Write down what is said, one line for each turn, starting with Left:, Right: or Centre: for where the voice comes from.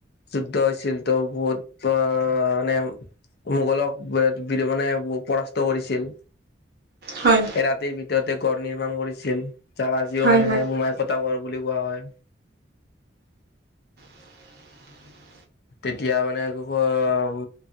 Left: যুদ্ধ হৈছিল তো বহুত আহ মানে মোগলক মানে পৰাস্ত কৰিছিল
Right: হয়
Left: এ ৰাতিৰ ভিতৰতে গড় নিৰ্মাণ কৰিছিল যাৰ আজিও
Right: হয়
Left: মানুহে
Right: হয়
Left: মোমাই সাগৰ বুলি কোৱা হয়
Right: <inaudible>
Left: তেতিয়া মানে একশ উম